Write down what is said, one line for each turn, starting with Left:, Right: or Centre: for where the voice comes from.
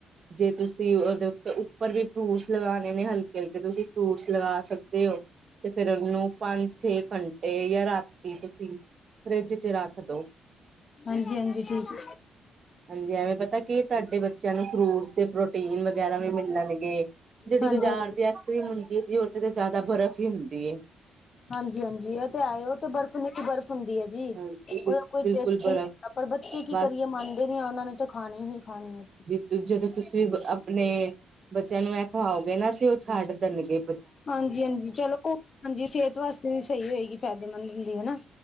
Right: ਜੇ ਤੁਸੀਂ ਉਹਦੇ ਉੱਤੇ ਉੱਪਰ ਵੀ ਫਰੂਟਸ ਲਗਾਨੇ ਨੇ ਹਲਕੇ ਹਲਕੇ ਤੁਸੀਂ ਫਰੂਟਸ ਲਗਾ ਸਕਦੇ ਹੋ। ਤੇ ਫੇਰ ਉਹਨੂੰ ਪੰਜ ਛੇ ਘੰਟੇ ਯਾ ਰਾਤੀ ਤੁਸੀਂ ਫਰਿੱਜ ਚ ਰੱਖਦੋ।
Left: ਹਾਂਜੀ ਹਾਂਜੀ ਠੀਕ।
Right: ਹਾਂਜੀ ਐਵੇਂ ਪਤਾ ਕੀ ਤੁਹਾਡੇ ਬੱਚਿਆਂ ਨੂੰ ਫਰੂਟਸ ਤੇ ਪ੍ਰੋਟੀਨ ਵਗੈਰਾ ਵੀ ਮਿਲਨਗੇ। ਜਿਹੜੀ
Left: ਹਾਂਜੀ
Right: ਬਜ਼ਾਰ
Left: ਹਾਂਜੀ
Right: ਦੀ ਆਈਸਕ੍ਰੀਮ ਹੁੰਦੀ ਹੈ ਜੀ ਉਹਦੇ ਤੇ ਜ਼ਿਆਦਾ ਬਰਫ਼ ਹੀ ਹੁੰਦੀ ਏ।
Left: ਹਾਂਜੀ-ਹਾਂਜੀ ਏ ਤੇ ਹਾਏ ਓ ਤੇ ਬਰਫ਼ ਨੀਕੀ ਬਰਫ਼ ਹੁੰਦੀ ਏ। ਜੀ,
Right: ਹਾਂਜੀ,
Left: ਓਦਾ ਕੋਈ
Right: ਬਿਲਕੁਲ
Left: ਟੇਸਟ
Right: ਬਰਫ਼
Left: ਵੀ ਨੀ ਹੂੰਦਾ ਪਰ ਬੱਚੇ ਕੀ
Right: ਬਸ
Left: ਕਰੀਏ ਮੰਨਦੇ ਨੀ ਆ ਓਨਾਂ ਨੇ ਤੇ ਖਾਣੀ ਈ ਖਾਣੀ ਐ।
Right: ਤੇ ਜਦੋਂ ਤੁਸੀਂ ਆਪਨੇ, ਬੱਚੇਆਂ ਨੂੰ ਐ ਖਵਾਓਗੇ ਨਾ ਤੇ ਓ ਛਾੱਡ ਦਨਗੇ।
Left: ਹਾਂਜੀ-ਹਾਂਜੀ ਚਲੋ, ਹਾਂਜੀ ਸੇਹਤ ਵਾਸਤੇ ਵੀ ਸਈ ਹੋਏਗੀ ਫੈਦੇਮੰਦ ਹੁੰਦੀ ਹਨਾ